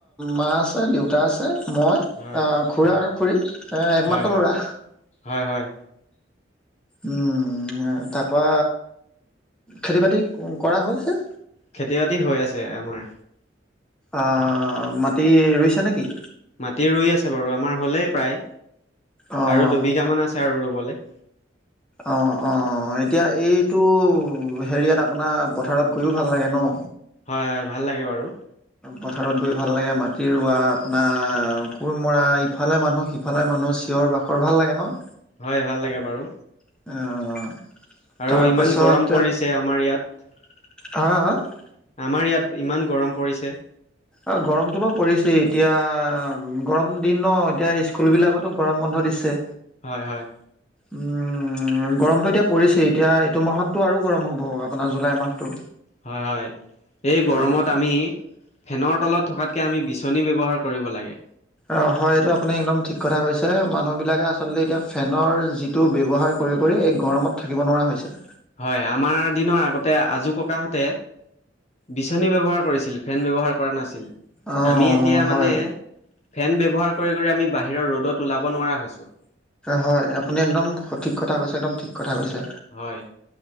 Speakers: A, in the centre; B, on the left (about 35°).
A: মা আছে দেউতা আছে মই।
B: হয়
A: অ খুৰা
B: হয়
A: আৰু খুৰী এ-একমাত্ৰ
B: হয় হয়
A: লৰা।
B: হয় হয়।
A: উম তাৰপা খেতি বাতি কৰা হৈছে?
B: খেতি বাতি হৈ আছে আমাৰ।
A: অ মাটি ৰুইছে নেকি?
B: মাটি ৰুই আছে বাৰু আমাৰ হ'লেই প্ৰায়
A: অঁ
B: আৰু দুবিঘামান আছে আৰু ৰুবলে।
A: অ অ এতিয়া এইটো হেৰিয়াত আপোনাৰ পথাৰত গৈয়ো ভাল লাগে ন।
B: হয় হয় ভাল লাগে বাৰু।
A: পথাৰত গৈ ভাল লাগে মাটি ৰোৱা আপোনাৰ কোৰ মৰা ইফালে মানুহ সি- ইফালে মানুহ চিঞৰ বাখৰ ভাল লাগে ন
B: হয় ভাল লাগে বাৰু
A: অ।
B: আৰু
A: তাৰপাছত
B: ইমান গৰম পৰিছে আমাৰ ইয়াত।
A: হা হা
B: আমাৰ ইয়াত ইমান গৰম পৰিছে
A: অ গৰমটো বাৰু পৰিছেই এতিয়া গৰম দিন ন এতিয়া স্কুলবিলাকত টো গৰম বন্ধ দিছে
B: হয় হয়
A: উম গৰমটো এতিয়া পৰিছেই এতিয়া এইটো মাহততো আৰু গৰম হ'ব আপোনাৰ জুলাই মাহটো
B: হয় হয় এই গৰমত
A: অ'
B: আমি ফেনৰ তলত থকাতকে আমি বিচনী ব্যৱহাৰ কৰিব লাগে
A: অ হয় এইটো আপুনি একদম ঠিক কথা কৈছে মানুহ বিলাকে আচলতে এতিয়া ফেনৰ যি টো ব্যৱহাৰ কৰি কৰি এই গৰমত থাকিব নোৱাৰা হৈ হৈছে
B: হয় আমাৰ দিনৰ আগতে আজো ককাহঁতে বিচনী ব্যৱহাৰ কৰিছিল ফেন ব্যৱহাৰ কৰা নাছিল
A: অঁ
B: আমি এতিয়া
A: হয়
B: মানে ফেন ব্যৱহাৰ কৰি কৰি আমি বাহিৰৰ ৰ'দত ওলাব নোৱাৰা হৈছো।
A: হয় আপুনি একদম সঠিক কথা কৈছে একদম ঠিক কথা কৈছে
B: হয়